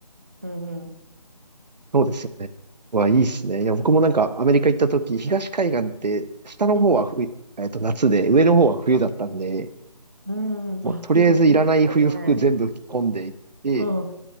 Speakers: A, on the right; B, on the right.
A: うんうん。
B: そうですよね。わ、いいっすね。いや、僕もなんかアメリカ行った時、東海岸って下の方は冬、
A: うん
B: えっと、夏で、上の方は冬だったんで、
A: うん。
B: もうとりあえずいらない冬服全部着込んでいって、
A: あ、結構難しいですね。うん。